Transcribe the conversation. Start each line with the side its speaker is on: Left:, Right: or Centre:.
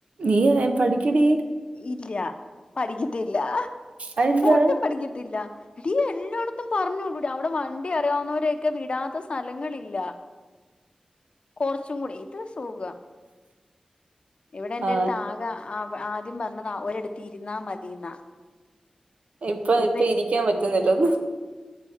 Right: നീയല്ലെ പഠിക്കടീ
Left: ഇല്ല പഠിക്കത്തില്ല
Right: അതെന്താ?
Left: പൊട്ടും പഠിക്കത്തില്ല. ടീ എല്ലോട്ത്തും പർഞ്ഞുടുല അവടെ വണ്ടി അറിയാവുന്നവരൊക്കെ വിടാത്ത സ്ഥലങ്ങളില്ല.
Right: <inaudible>
Left: കൊറച്ചു കൂടി ഇത് സുഖാ. ഇവടെ എന്റെട്ത്ത്
Right: ആ.
Left: ആകെ അവ ആദ്യം വന്നത് ഒരടത്തി ഇര്ന്നാ മതിന്നാ.
Right: ഇപ്പോ
Left: ഇപ്പ
Right: ഇപ്പേ ഇരിക്കാൻ പറ്റുന്നില്ലന്ന